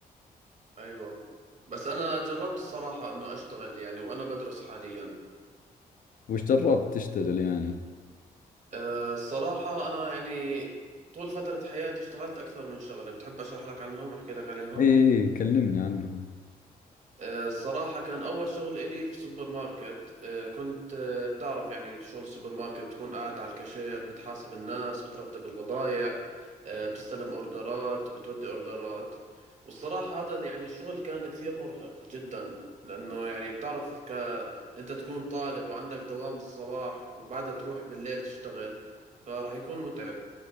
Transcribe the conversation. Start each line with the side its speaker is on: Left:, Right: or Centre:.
Right: ايوه بس انا جربت الصراحة انه اشتغل يعني وانا بدرس حاليا
Left: وش جربت تشتغل يعني
Right: آه، الصراحة انا يعني طول فترة حياتي اشتغلت اكثر من شغلة بتحب اشرح لك عنهم احكي لك عليهم
Left: إي كلمني عنهم
Right: آه، الصراحة كان أول شغل إلي في سوبر ماركت آه، كنت آه، بتعرف يعني شغل السوبر ماركت بتكون قاعد على الكاشير بتحاسب الناس بترتب البضائع آه، بتستلم أوردرات بتودي أوردرات والصراحة هذا يعني الشغل كان كثير مرهق جدا لأنه يعني بتعرف ك... أنت تكون طالب وعندك دوام الصباح وبعدها تروح بالليل تشتغل فراح يكون متعب